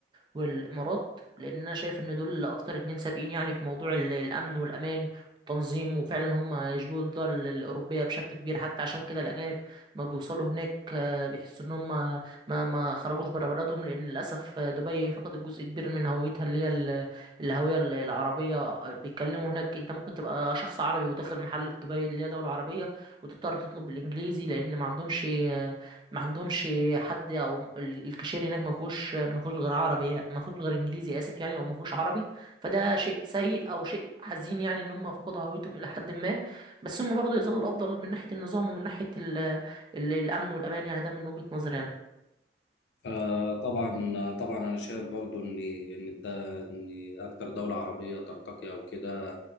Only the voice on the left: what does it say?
آه طبعا طبعا انا شايف برضو ان ان ده ان اكتر دوله عربيه ترتقي او كده